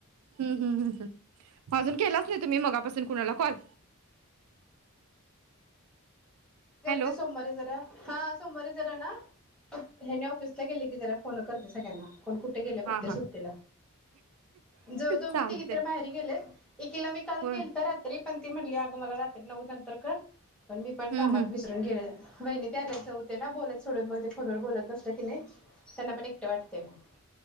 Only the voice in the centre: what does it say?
करते
सोमवारीे जरा हा. सोमवारी जरा ना हेने ऑफिसला गेले की जरा फोनं करते सगळ्यांना. कोण कुठे गेले बघते
सुट्टीला ज जोघी
तिघी तर माहेरी गेलेत. एकिला मी काल
केलता रात्री पण ती म्हणली अगं मला रात्री नऊ नंतर कर पण मी पण कामात
<unintelligible> गेलेला वहिणी ते आल्या जाऊते ना बोलत सोडून मग ते फोनवर बोलत बसते की नाही त्यांना पण एकटे वाटते मग